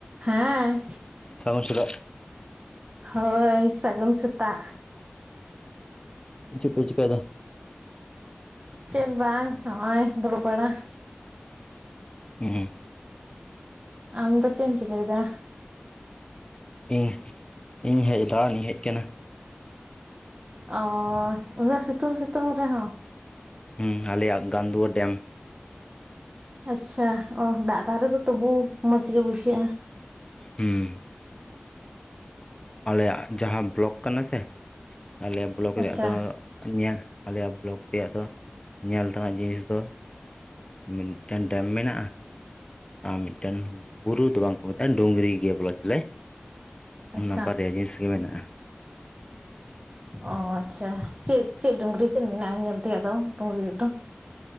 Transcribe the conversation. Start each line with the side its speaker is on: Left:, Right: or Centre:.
Right: ᱦᱮᱸ᱾
Left: ᱥᱟᱹᱜᱩᱱ ᱥᱮᱛᱟᱜ᱾
Right: ᱦᱳᱭ ᱥᱟᱹᱜᱩᱱ ᱥᱮᱛᱟᱜ᱾
Left: ᱪᱤᱜ ᱯᱮ ᱪᱤᱠᱟᱭ ᱫᱟ?
Right: ᱪᱮᱫ ᱵᱟᱝ ᱱᱚᱜᱼᱚᱭ ᱫᱩᱲᱩᱵ ᱵᱟᱲᱟ᱾
Left: ᱦᱩᱸ᱾
Right: ᱟᱢ ᱫᱚ ᱪᱮᱜ ᱮᱢ ᱪᱤᱠᱟᱹᱭ ᱫᱟ?
Left: ᱤᱧ ᱤᱧ ᱦᱮᱡ ᱫᱟᱲᱟᱱᱤᱧ ᱦᱮᱡ ᱠᱟᱱᱟ᱾
Right: ᱚᱻ ᱤᱱᱟᱹᱜ ᱥᱤᱛᱩᱝ ᱥᱤᱛᱩᱝ ᱨᱮᱦᱚᱸ᱾
Left: ᱦᱩᱸ ᱟᱞᱮᱭᱟᱜ ᱜᱟᱱᱫᱩᱣᱟᱨ ᱰᱮᱢ᱾
Right: ᱟᱪᱪᱷᱟ ᱚ ᱫᱟᱜ ᱫᱷᱟᱨᱮ ᱨᱮ ᱛᱚᱵᱮ ᱢᱚᱸᱡᱽ ᱜᱮ ᱵᱩᱡᱷᱟᱹᱜᱼᱟ᱾
Left: ᱦᱩᱸ ᱾ ᱟᱞᱮᱭᱟᱜ ᱡᱟᱦᱟᱸ ᱵᱞᱚᱠ ᱠᱟᱱᱟ ᱥᱮ ᱟᱞᱮᱭᱟᱜ ᱵᱞᱚᱠ
Right: ᱟᱪᱪᱷᱟ
Left: ᱨᱮᱭᱟᱜ ᱫᱚ ᱧᱮᱞ ᱟᱞᱮᱭᱟᱜ ᱵᱞᱚᱠ ᱨᱮᱭᱟᱜ ᱫᱚ ᱧᱮᱞ ᱛᱮᱱᱟᱜ ᱡᱤᱱᱤᱥ ᱫᱚ ᱢᱤᱫᱴᱮᱱ ᱰᱮᱢ ᱢᱮᱱᱟᱜᱼᱟ᱾ ᱟᱨ ᱢᱤᱫᱴᱮᱱ ᱵᱩᱨᱩ ᱫᱚ ᱵᱟᱝ ᱠᱚ ᱢᱮᱛᱟᱜᱼᱟ ᱰᱩᱝᱨᱤ ᱜᱮ ᱵᱚᱞᱟ ᱪᱚᱞᱮ᱾
Right: ᱟᱪᱪᱷᱟ
Left: ᱚᱱᱟ ᱵᱟᱨᱭᱟ ᱡᱤᱱᱤᱥ ᱜᱮ ᱢᱮᱱᱟᱜᱼᱟ᱾
Right: ᱚ ᱟᱪᱪᱷᱟ, ᱪᱮᱜ ᱪᱮᱜ ᱰᱩᱝᱨᱤ ᱠᱤᱱ ᱢᱮᱱᱟᱜᱼᱟ ᱧᱮᱞ ᱛᱮᱭᱟᱜ ᱫᱚ ᱰᱩᱝᱨᱤ ᱨᱮ ᱫᱚ?